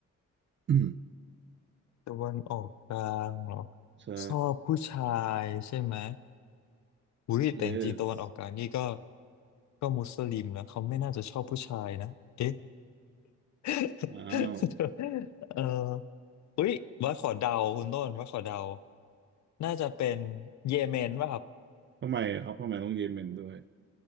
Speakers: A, on the right; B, on the left.
A: <coughs> อืม
B: ตะวันออกกลางเหรอ
A: ใช่
B: ชอบผู้ชายใช่ไหมอุ้ยแต่จริงๆตะวันออกกลางนี่ก็
A: yes
B: ก็มุสลิมนะเขาไม่น่าจะชอบผู้ชายนะเอ๊ะ <laughs>
A: อ้าว
B: เอออุ้ยว่าขอเดาคุณต้นว่าขอเดาน่าจะเป็นเยเมนป่ะครับ
A: ทำไมอะครับทำไมต้องเยเมนด้วย